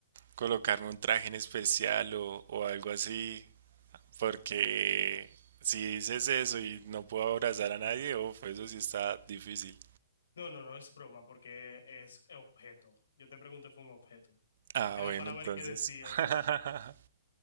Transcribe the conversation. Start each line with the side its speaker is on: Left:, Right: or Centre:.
Right: colocarme un traje en especial o, o algo así, porque si dices eso y no puedo abrazar a nadie, uf, eso sí está difícil.
Left: No, no, no es broma, porque es objeto. Yo te pregunté, fue un objeto.
Right: Ah,
Left: Era
Right: bueno,
Left: para
Right: entonces.
Left: ver qué decías.
Right: <laughs>